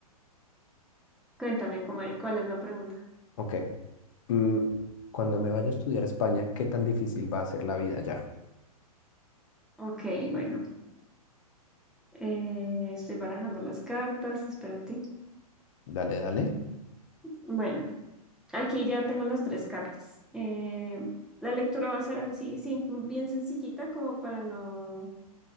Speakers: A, in the centre; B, on the left.
A: Cuéntame cómo, e- cuál es la pregunta.
B: Ok, mm, cuando me vaya a estudiar a España, ¿qué tan difícil va a ser la vida ya?
A: Ok, bueno, eh, estoy barajando las cartas, espérate.
B: Dale, dale.
A: Bueno. Aquí ya tengo las tres cartas. Eh, la lectura va a ser así, sim- bien sencillita, como para no